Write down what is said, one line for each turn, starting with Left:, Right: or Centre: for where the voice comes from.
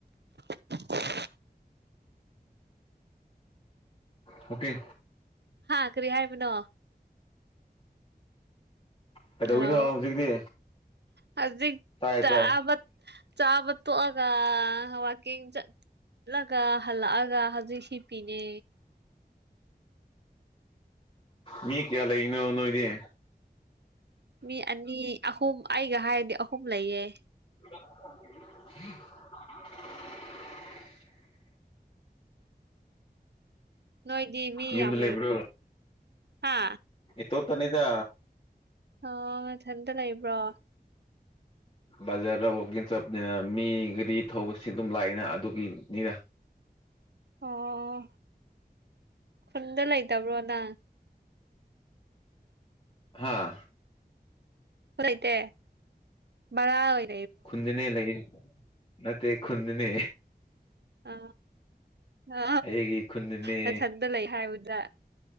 Right: <unintelligible>
Left: ꯑꯣꯀꯦ
Right: ꯑꯥ ꯀꯔꯤ ꯍꯥꯏꯕꯅꯣ
Left: ꯀꯩꯗꯧꯋꯤꯅꯣ
Right: ꯍꯜꯂꯣ
Left: ꯍꯧꯖꯤꯛꯇꯤ
Right: ꯍꯧꯖꯤꯛ
Left: ꯇꯥꯏ
Right: ꯆꯥꯕ
Left: ꯇꯥꯏ
Right: ꯆꯥꯕ ꯇꯣꯛꯑꯒ ꯋꯥꯋꯥꯛꯀꯤꯡ ꯆꯠꯂꯒ ꯍꯜꯂꯛꯑꯒ ꯍꯧꯖꯤꯛꯁꯤ ꯄꯤꯅꯦ
Left: ꯃꯤ ꯀꯌꯥ ꯂꯩꯅꯣ ꯅꯣꯏꯅꯦ
Right: ꯃꯤ ꯑꯅꯤ ꯑꯍꯨꯝ ꯑꯩꯒ ꯍꯥꯏꯔꯗꯤ ꯑꯍꯨꯝ ꯂꯩꯌꯦ
Left: ꯎꯝ
Right: ꯅꯣꯏꯗꯤ ꯃꯤ
Left: ꯌꯨꯝꯗ
Right: ꯌꯥꯝ
Left: ꯂꯩꯕ꯭ꯔꯣ
Right: ꯍꯥ
Left: ꯇꯣꯞꯇꯅꯤꯗ
Right: ꯑ ꯃꯊꯟꯇ ꯂꯩꯕ꯭ꯔꯣ
Left: ꯕꯖꯥꯔꯗ ꯋꯀꯤꯡ ꯆꯞꯅꯤꯅ ꯃꯤ ꯒꯥꯔꯤ ꯊꯧꯕꯁꯤ ꯑꯗꯨꯝ ꯂꯥꯛꯑꯏꯅ ꯑꯗꯨꯒꯤꯅꯤꯅ
Right: ꯑꯣ ꯈꯨꯟꯗ ꯂꯩꯇꯕ꯭ꯔꯣ ꯅꯪ
Left: ꯍꯥꯥ
Right: ꯐꯔꯩꯇ ꯔ ꯑꯣꯏ
Left: ꯈꯨꯟꯗꯅꯦ ꯂꯩ ꯅ ꯈꯨꯨꯟꯗꯅꯦ
Right: ꯑ ꯑ
Left: ꯑꯩꯒꯤ ꯈꯨꯟꯗꯅꯦ
Right: ꯅꯊꯟꯗ ꯂꯩ ꯍꯥꯏꯕꯗ